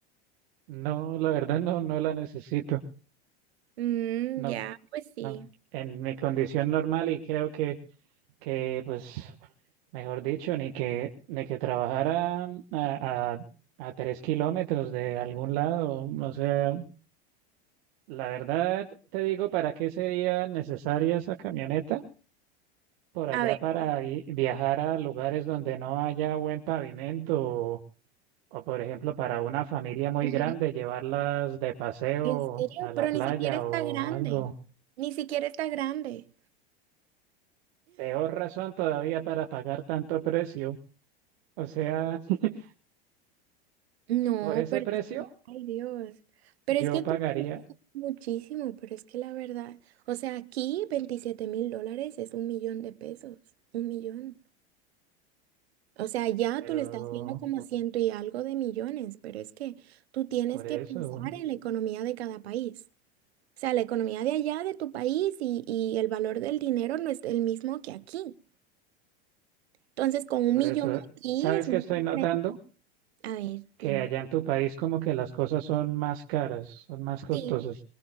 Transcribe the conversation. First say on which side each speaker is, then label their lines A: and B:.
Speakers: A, on the right; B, on the right.
A: no, la verdad no, no la necesito.
B: Mm,
A: No,
B: ya, pues sí.
A: no. En mi condición normal y creo que, que pues, mejor dicho, ni que, ni que trabajara a, a, a tres kilómetros de algún lado, o sea, La verdad, te digo, ¿para qué sería necesaria esa camioneta? Por allá
B: A ver,
A: para
B: para-
A: i- viajar a lugares donde no haya buen pavimento o, o, por ejemplo, para una familia muy
B: <laughs> Ujú.
A: grande, llevarlas de paseo
B: ¿en serio?
A: a la
B: Pero
A: playa
B: ni siquiera está
A: o
B: grande.
A: algo.
B: Ni siquiera está grande.
A: Peor razón todavía para pagar tanto precio. O sea, <laughs>
B: No,
A: por ese
B: pero
A: precio
B: es que, ay Dios, pero
A: yo
B: es que
A: pagaría,
B: tú ganas muchísimo, pero es que la verdad, o sea, aquí veintisiete mil dólares es un millón de pesos, un millón. O sea, ya
A: pero
B: tú le estás viendo como ciento y algo de millones, pero es que tú tienes
A: por
B: que
A: eso,
B: pensar en la economía de cada país. O sea, la economía de allá, de tu país y, y el valor del dinero no es el mismo que aquí. Entonces, con un
A: por
B: millón
A: eso,
B: aquí
A: ¿sabes
B: es
A: qué
B: muy
A: estoy
B: diferente.
A: notando?
B: A ver, dime.
A: que allá en tu país como que las cosas son más caras, son más costosas,
B: sí